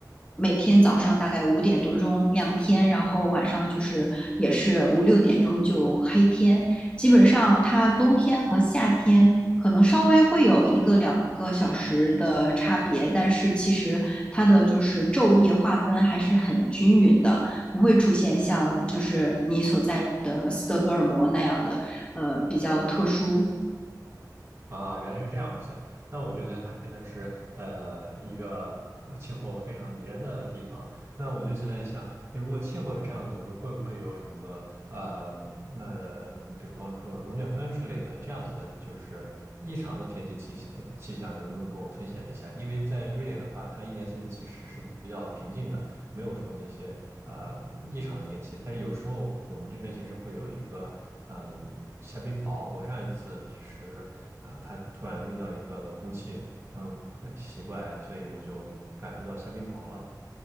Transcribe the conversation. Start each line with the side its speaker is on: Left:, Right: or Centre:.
Left: 每天早上大概五点多钟亮天，然后晚上就是也是五六点钟就黑天。基本上它冬天和夏天可能稍微会有一个两个小时的差别，但是其实它的就是昼夜划分还是很均匀的。不会出现像就是你所在的斯德哥尔摩那样的呃比较特殊。
Right: 啊，原来是这样子。那我觉得它真的是呃一个呃气候非常宜人的地方。那我就现在想，诶如果气候是这样子，你们会不会有什么呃那、比方说龙卷风之类的这样子的，就是异常的天气气象呃气象，你能不能给我分享一下？因为在瑞典的话，它一年四季其实是比较平静的。没有说那些呃异常的天气，但是有时候我们这边其实会有一个呃下冰雹。我上一次就是呃，它突然遇到一个冷空气，嗯、呃，奇怪，所以我就感受到下冰雹了。